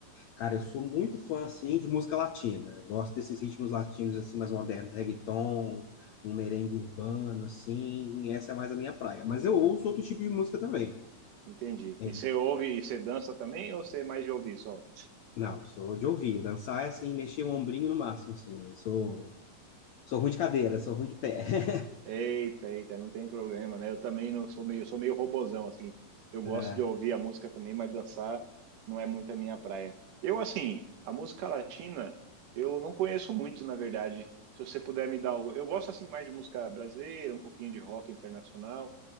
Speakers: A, on the left; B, on the right.
A: Cara, eu sou muito fã, assim, de música latina. Eu gosto desses ritmos latinos, assim, mais modernos, reggaeton, um merengue urbano, assim. Essa é mais a minha praia. Mas eu ouço outro tipo de música também.
B: Entendi.
A: É,
B: E você ouve e você dança também ou você é mais de ouvir só?
A: Não, sou de ouvir. Dançar é assim, mexer o ombrinho no máximo, assim. Sou, sou ruim de cadeira, sou ruim de pé. <laughs>
B: Eita, eita, não tem problema, né? Eu também não sou meio, eu sou meio robozão, assim. Eu gosto
A: É.
B: de ouvir a música também, mas dançar não é muito a minha praia. Eu, assim, a música latina, eu não conheço muito, na verdade. Se você puder me dar algo. Eu gosto, assim, mais de música brasileira, um pouquinho de rock internacional.